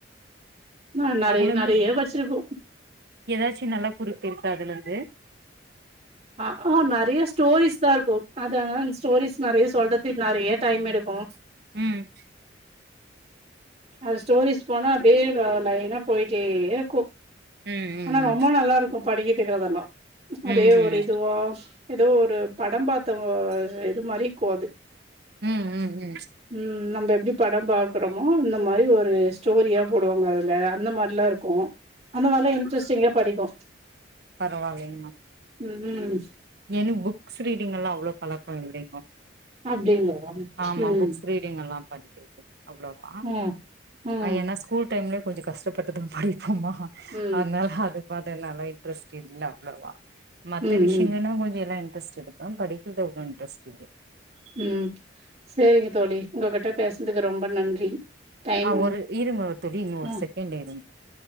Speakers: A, on the right; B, on the right.
A: நா நெறைய
B: அதுல இருந்து
A: நெறைய வச்சிருக்கோ
B: ஏதாச்சு நல்லா குடுக்க இருக்க அதுல இருந்து
A: ஆ நெறைய ஸ்டோரிஸ் தா இருக்கு அதனா ஸ்டோரிஸ் நெறைய சொல்றதுக்கு நெறைய டைம் எடுக்கு
B: ம்
A: அது ஸ்டோரிஸ் போனா அப்டியே லைனா போயிட்டே இருக்கு
B: ம் ம்
A: ஆனா ரொம்ப நல்லா இருக்கு படிக்கிறதுக்கு அதெல்லா அதே
B: ம் ம்
A: ஒரு இதுவா ஏதோ ஒரு படம் பாத்த இது மாரி இருக்கு அது
B: ம் ம் ம்
A: ம் நம்ம எப்டி படம் பாக்குறோமோ அந்த மாரி ஒரு ஸ்டோரியா போடுவாங்க அதுல அந்த மாரிலா இருக்கு அந்த மாரிலா இன்ட்ரெஸ்டிங்கா படிக்கு
B: பரவால்லைங்ணா
A: ம் ம்
B: எனக் புக்ஸ் ரீடிங்லா அவ்ளோ பழக்கோ இல்லைங்கோ
A: அப்டிங்களா ம்
B: ஆமா புக்ஸ் ரீடிங் எல்லா படிக்றது இல்ல அவ்ளோவா
A: ம் ம்
B: ஐ ஏனா ஸ்கூல் டைம்லே கொஞ்சோ கஷ்டப்பட்டுதா படிப்போமா
A: ம்
B: அதுனால அது வதலால இன்ட்ரெஸ் இல்ல அவ்ளவா மத்த
A: ம்
B: விஷ்
A: ம்
B: ஆனா கொஞ்சோ எல்லா இன்ட்ரெஸ்ட் இருக்கும் படிக்கிறது அவ்ளோ இன்ட்ரெஸ்ட் இல்லே
A: ம் செரிங்க தோழி உங்ககிட்ட பேசுனதுக்கு ரொம்ப நன்றி டைம்
B: ஆ ஒரு இருங்க ஒ தோழி இன்னு ஒரு
A: ம்
B: செகண்ட் இருங்க